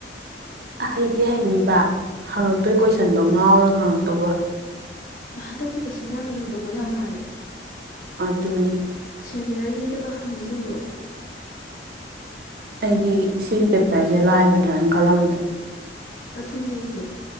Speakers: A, on the right; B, on the left.
A: ꯍꯩꯗꯤ ꯍꯩꯅꯤꯕ ꯍꯪꯉꯛꯇꯣꯏ ꯀꯣꯏꯁꯟꯗꯣ ꯉꯥꯎꯔꯒ ꯍꯪꯉꯛꯇꯧꯕ
B: ꯍꯟꯗꯛꯇꯤ ꯀꯣꯏꯁꯟ ꯌꯥꯝ ꯂꯨꯗꯧꯕ ꯌꯥꯝ ꯃꯥꯜꯂꯦ
A: ꯑꯗꯨꯅꯦ
B: ꯁꯦꯅꯤꯌꯔꯒꯤꯗꯒ ꯍꯪꯉꯤꯁꯤꯡꯗꯣ
A: ꯑꯩꯗꯤ ꯁꯤꯒꯤ ꯄꯦꯄꯔꯁꯦ ꯂꯥꯏꯒꯗ꯭ꯔꯅ ꯈꯜꯂꯝꯕꯅꯦ
B: ꯑꯗꯨꯅꯦ ꯑꯩꯁꯨ